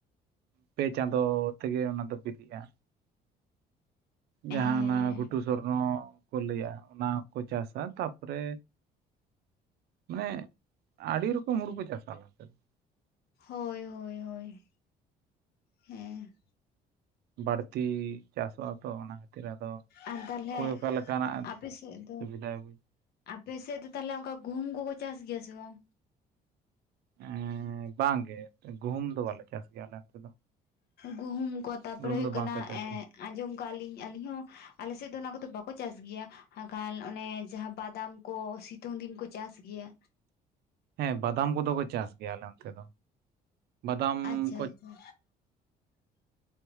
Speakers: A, on the right (about 70°); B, on the left (about 70°).
A: ᱯᱮ ᱪᱟᱸᱫᱚ ᱛᱮᱜᱮ ᱚᱱᱟ ᱫᱚ ᱵᱤᱞᱤᱜᱼᱟ ᱡᱟᱦᱟᱸ
B: ᱦᱮᱸ ᱦᱮᱸ
A: ᱚᱱᱟ ᱜᱷᱩᱴᱩ ᱥᱚᱨᱱᱚ ᱠᱚ ᱞᱟᱹᱭᱟ ᱚᱱᱟ ᱦᱚᱠᱚ ᱪᱟᱥᱟ ᱟ ᱛᱟᱯᱚᱨᱮ ᱢᱟᱱᱮ ᱟᱹᱰᱤ ᱨᱚᱠᱚᱢ ᱦᱳᱲᱳ ᱠᱚ ᱪᱟᱥᱟ ᱟᱞᱮ ᱱᱚᱛᱮ ᱫᱚ
B: ᱦᱳᱭ ᱦᱳᱭ ᱦᱳᱭ ᱦᱮᱸ
A: ᱵᱟᱹᱲᱛᱤ ᱪᱟᱥᱚᱜᱼᱟ ᱛᱚ ᱚᱱᱟ ᱠᱷᱟᱹᱛᱤᱨ ᱟᱫᱚ
B: ᱟᱨ ᱛᱟᱦᱚᱞᱮ
A: ᱚᱠᱚᱭ ᱚᱠᱟ ᱞᱮᱠᱟᱱᱟᱜ
B: ᱟᱯᱮ ᱥᱮᱫ ᱫᱚ
A: ᱥᱩᱵᱤᱫᱷᱟᱭ ᱵᱩᱡ
B: ᱟᱯᱮ ᱥᱮᱫ ᱫᱚ ᱛᱟᱦᱚᱞᱮ ᱚᱱᱠᱟ ᱜᱩᱦᱩᱢ ᱠᱚᱠᱚ ᱪᱟᱥ ᱜᱮᱭᱟ ᱥᱮ ᱵᱟᱝ
A: ᱮᱸᱻ ᱵᱟᱝᱜᱮ ᱜᱩᱦᱩᱢ ᱫᱚ ᱵᱟᱞᱮ ᱪᱟᱥ ᱜᱮᱭᱟ ᱟᱞᱮ ᱱᱚᱛᱮ ᱫᱚ
B: ᱜᱩᱦᱩᱢ ᱠᱚ ᱛᱟᱯᱚᱨᱮ
A: ᱜᱩᱦᱩᱢ
B: ᱦᱩᱭᱩᱜ
A: ᱫᱚ
B: ᱠᱟᱱᱟ
A: ᱵᱟᱝᱠᱚ ᱪᱟᱥᱟ
B: ᱮᱸᱻ ᱟᱸᱡᱚᱢ ᱟᱠᱟᱜᱼᱟ ᱞᱤᱧ ᱟᱹᱞᱤᱧ ᱦᱚᱸ ᱟᱞᱮ ᱥᱮᱫ ᱫᱚ ᱱᱚᱣᱟ ᱠᱚᱫᱚ ᱵᱟᱠᱚ ᱪᱟᱥ ᱜᱮᱭᱟ <unintelligible> ᱚᱱᱮ ᱡᱟᱦᱟᱸ ᱵᱟᱫᱟᱢ ᱠᱚ ᱥᱤᱛᱩᱝ ᱫᱤᱱ ᱠᱚ ᱪᱟᱥ ᱜᱮᱭᱟ
A: ᱦᱮᱸ ᱵᱟᱫᱟᱢ ᱠᱚᱫᱚ ᱠᱚ ᱪᱟᱥ ᱜᱮᱭᱟ ᱟᱞᱮ ᱚᱱᱛᱮ ᱫᱚ ᱵᱟᱫᱟᱢ
B: ᱟᱪᱪᱷᱟ
A: ᱠᱚ
B: ᱟᱪᱪᱷᱟ